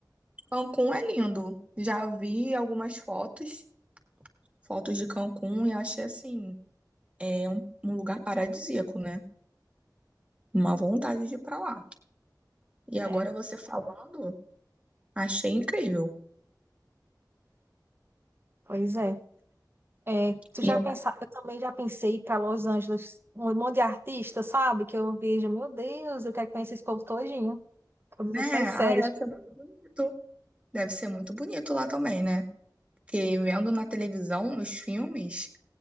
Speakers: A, on the right; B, on the right.
A: Cancún é lindo. Já vi algumas fotos, fotos de Cancún, e achei assim, é um, um lugar paradisíaco, né? Uma vontade de ir pra lá. E agora
B: É,
A: você falando, achei incrível.
B: pois é. É, tu
A: E,
B: já
A: ainda-
B: pensa... Eu também já pensei para Los Angeles, um monte de artista, sabe? Que eu vejo, meu Deus, eu quero conhecer esse povo todinho. Todas
A: né?
B: essas séries.
A: Ai, deve
B: que-
A: ser muito bonito. Deve ser muito bonito lá também, né? Porque vendo na televisão, nos filmes,